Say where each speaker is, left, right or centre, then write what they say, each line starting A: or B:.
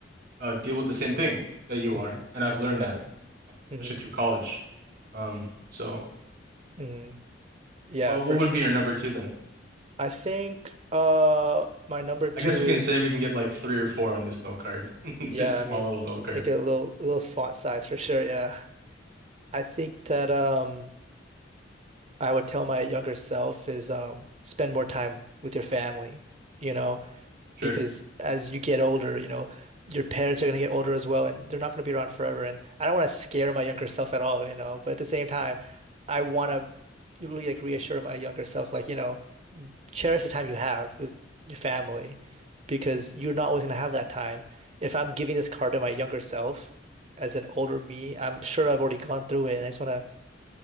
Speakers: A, on the right (about 55°); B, on the right (about 35°).
A: uh, deal with the same thing that you
B: hmm
A: are, and I've learned
B: Exactly.
A: that, um,
B: hmm
A: especially through college. Um, so,
B: hmm Yeah,
A: well,
B: for
A: what would
B: sure.
A: be your number two then?
B: I think uh my number two
A: I guess we
B: is
A: can say we can get like three or four on this note card, <laughs>
B: yeah,
A: this small
B: I mean,
A: little note card.
B: make it a little a little font size for sure. Yeah. I think that um I would tell my younger self is um, spend more time with your family, you know,
A: Sure,
B: because as you get older, you know, your parents are going to get older as well, and they're not going to be around forever. And I don't want to scare my younger self at all, you know, but at the same time, I want to really like reassure my younger self, like, you know, cherish the time you have with your family because you're not always going to have that time. If I'm giving this card to my younger self as an older me, I'm sure I've already gone through it, and I just want to